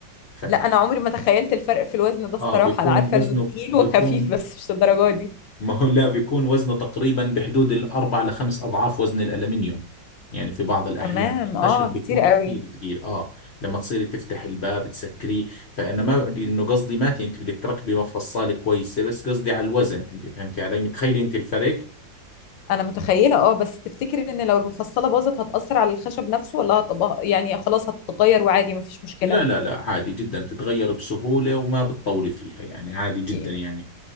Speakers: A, on the left (about 70°); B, on the left (about 80°).
A: ف...
B: لا انا عمري ما تخيلت الفرق في الوزن ده الصراحة
A: اه بيكون
B: انا عارفة
A: وزنه
B: انه تقيل
A: بيكون
B: وخفيف بس مش للدرجة دي
A: ما هو لا بيكون وزنه تقريبا بحدود الأربع لخمس أضعاف وزن الألمنيوم يعني في بعض الأحيان
B: تمام
A: الخشب
B: اه
A: بيكون
B: كتير قوي
A: كثير ثقيل آه لما تصيري تفتح الباب تسكريه فأنا ما بدي إنه قصدي ماتي أنت بدك تركبي مفصلة كويسة بس قصدي على الوزن أنت فهمتي علي متخيلي أنت الفرق؟
B: انا متخيلة اه بس تفتكر ان لو المفصلة باظت هتأثر على الخشب نفسه ولا هتبقى يعني خلاص هتتغير وعادي مفيش مشكلة
A: لا لا لا عادي جدا بتتغير بسهولة وما بتطولي فيها يعني عادي جدا
B: ي-
A: يعني